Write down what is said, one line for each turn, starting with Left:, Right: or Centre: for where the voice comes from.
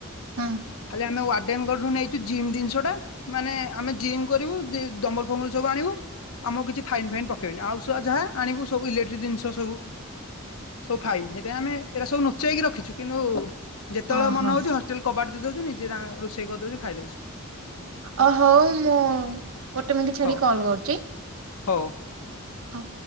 Right: ହଁ
Left: ଖାଲି ଆମେ ୱାର୍ଡେନ କଠୁ ନେଇ ଜିମ୍ ଦିନିଷ ଟା, ମାନେ ଆମେ ଜିମ୍ କରିବୁ, ଦି-ଦମ୍ବଲ୍ ଫମ୍ବଲ୍ ସବୁ ଆଣିବୁ। ଆମକୁ କିଛି ଫାଇନ୍ ଫାଇନ୍ ପକେଇବନି। ଆଉ ସ ଯାହା ଆଣିବୁ ସବୁ ଇଲେକ୍ଟ୍ରି ଦିନିଷ ସବୁ। ସବୁ ଫାଇନ୍। ହେଥିପାଇଁ ଆମେ ଏରା ସବୁ ନୁଚେଇକି ରଖିଛୁ। କିନ୍ତୁ ଯେତେବେଳେ
Right: ଓହୋ
Left: ମନ ହଉଛି ହଷ୍ ଟେଲ୍ କବାଟ ଦେଇ ଦଉଛୁ, ନିଜେ ରାଁ -ରୋଷେଇ କରିଦଉଚୁ, ଖାଇଦଉଚୁ।
Right: ଅ ହଉ ମୁଁ ଗୋଟେ ମିନ୍ଟି ଛାଡିକି
Left: ହଉ
Right: କଲ୍ କରୁଛି।
Left: ହଉ।
Right: ହ।